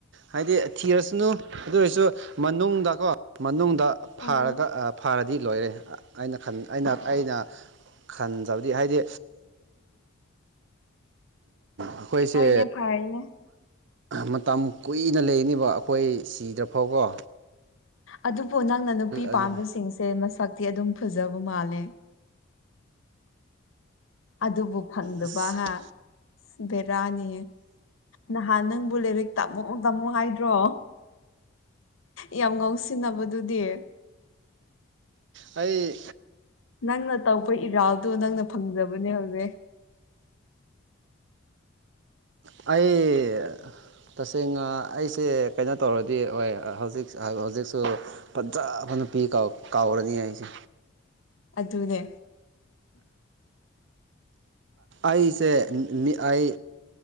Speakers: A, on the right; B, on the left.
A: ꯍꯥꯏꯗꯤ ꯊꯤꯔꯁꯅꯨ ꯑꯗꯨ ꯑꯣꯏꯔꯁꯨ ꯃꯅꯨꯡꯗꯀꯣ ꯃꯅꯨꯡꯗ ꯗ
B: ꯎꯝ
A: ꯐꯥꯔꯒ ꯐꯥꯔꯗꯤ ꯂꯣꯏꯔꯦ ꯑꯩꯅ ꯈꯟ ꯑꯩꯅ ꯑꯩꯅ ꯈꯟꯖꯕꯗꯤ ꯍꯥꯏꯗꯤ ꯑꯩꯈꯣꯏꯁꯦ
B: ꯍꯣꯏꯅꯦ ꯐꯔꯦꯅꯦ
A: ꯃꯇꯝ ꯀꯨꯏꯅ ꯂꯩꯅꯤꯕ ꯑꯩꯈꯣꯏ ꯁꯤꯗꯐꯥꯎꯕꯀꯣ
B: ꯑꯗꯨꯕꯨ ꯅꯪꯅ ꯅꯨꯄꯤ
A: ꯑꯗꯨꯅꯤ
B: ꯄꯥꯕꯤꯁꯤꯡꯁꯦ ꯃꯁꯛꯇꯤ ꯑꯗꯨꯝ ꯐꯖꯕ ꯃꯥꯜꯂꯦ ꯑꯗꯨꯕꯨ ꯐꯪꯗꯕꯒ
A: ꯑꯁ
B: ꯕꯦꯔꯥꯅꯤ ꯅꯍꯥꯟ ꯅꯪꯕꯨ ꯂꯥꯏꯔꯤꯛ ꯇꯥꯝꯃꯣ ꯇꯥꯝꯃꯣ ꯍꯥꯏꯗ꯭ꯔꯣ ꯌꯥꯝ ꯉꯧꯁꯤꯟꯅꯕꯗꯨꯗꯤ
A: ꯑꯩ
B: ꯅꯪꯅ ꯇꯧꯕ ꯏꯔꯥꯜꯗꯣ ꯅꯪꯅ ꯐꯪꯖꯕꯅꯦ ꯍꯧꯖꯤꯛ
A: ꯑꯩ ꯇꯁꯦꯡꯅ ꯑꯩꯁꯦ ꯀꯩꯅꯣ ꯇꯧꯔꯗꯤ ꯍꯣꯏ ꯍꯧꯖꯤꯛ ꯍꯧꯖꯤꯛꯁꯨ ꯐꯖꯕ ꯅꯨꯄꯤ ꯀꯥꯎꯔꯅꯤ ꯑꯩꯁꯦ
B: ꯑꯗꯨꯅꯦ
A: ꯑꯩꯁꯦ ꯃꯤ ꯑꯩ